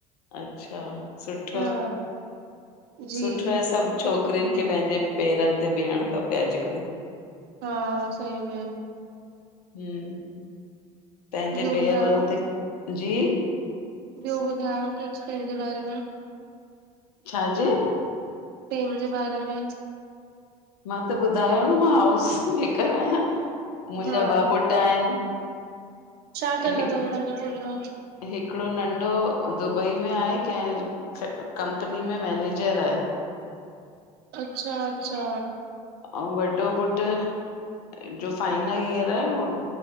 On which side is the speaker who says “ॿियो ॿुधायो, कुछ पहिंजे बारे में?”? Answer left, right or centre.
Right